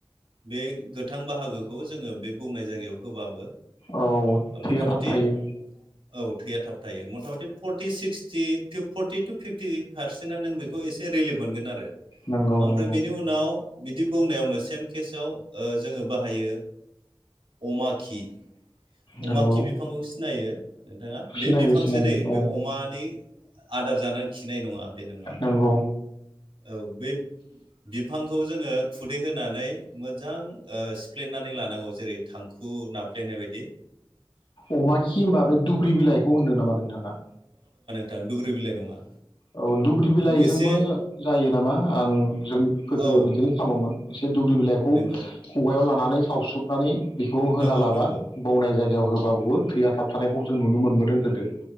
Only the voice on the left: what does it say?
औ थैया
थाब
थायो
नंगौ
नंगौ
नंगौ
सिनायो
सिनायो
औ
नंगौ
अमा खि होमबा बै दुब्रि बिलाइखौ होनदों नामा नोंथाङा।
औ दुब्रि बिलाइजोंबो
जायो नामा आं जों गोदो
बिदिनो खालामोमोन एसे दुब्रि बिलाइखौ
खुगायाव लानानै सावसुबनानै बेखौ
होना लाबा
बौनाय जायगायाव होब बावबो‌ थैया थाब थानायखौ जों नुनो मोनबोदों गोदो